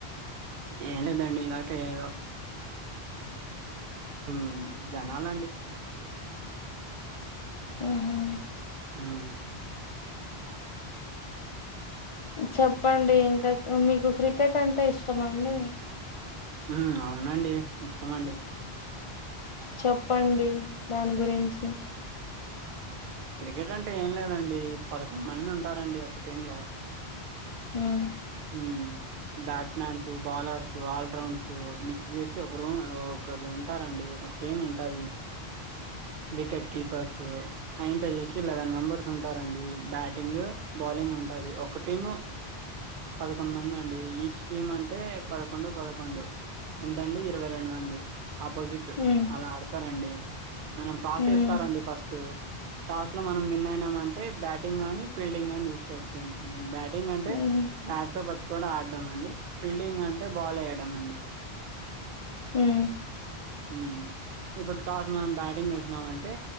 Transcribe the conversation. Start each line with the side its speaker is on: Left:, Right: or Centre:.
Right: ఎంలేదండి నాకే ఏదో మ్మ్ జనాలు అండి
Left: అహు
Right: ఉమ్
Left: చెప్పండి ఇంకా మీకు క్రికెట్ అంటే ఇష్టమ అండి
Right: ఉమ్ అవునండి ఇష్టమ అండి
Left: చెప్పండి దాని గురించి
Right: క్రికెట్ అంటే ఏం లేదండి పదకొండు మంది ఉంటారండి ఒక టీమ్ లో
Left: ఉమ్
Right: ఉమ్ బ్యాట్స్ మ్యాన్స్ బౌలర్స్ ఆల్రౌండ్స్ మిక్స్ చేసి ఒకరు ఒకరు ఉంటారండి ఒక టీమ్ ఉంటది వికెట్ కీపర్స్ అయింత చేసి లెవెన్ మెంబర్స్ ఉంటారండి బ్యాటింగ్ బాలింగ్ ఉంటది ఒక టీం పదకొండు మంది అండి ఈచ్ టీమ్ అంటే అంటే పదకొండు పదకొండు ఎంతండి ఇరవై రెండు మంది ఆపోజిట్
Left: ఉమ్
Right: అలా ఆడతారండి మనం టాస్
Left: ఉమ్
Right: వేస్తారండి ఫస్ట్ టాస్ లో మనం విన్ అయినామ అంటే బ్యాటింగ్ గానీ ఫీల్డింగ్ నీ తీసుకోవచ్చు ఏంటి బ్యాటింగ్ అంటే
Left: ఉమ్
Right: బ్యాట్ తో పట్టుకోని ఆడడం అండి ఫీల్డింగ్ అంటే బాల్ వేయడం అండి
Left: ఉమ్
Right: ఉమ్ ఇప్పుడు టాస్ మనం బ్యాటింగ్ చేసినామంటే